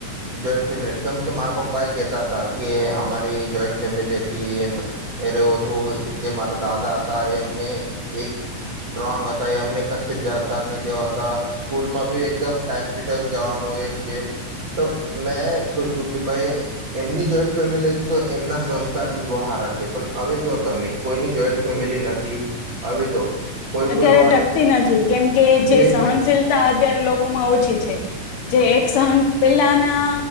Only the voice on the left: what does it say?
અત્યારે
ટકતી નથી કેમકે જે
સહનશીલતા
અત્યારે લોકોમાં ઓછી છે. જે એક સહન પેલાના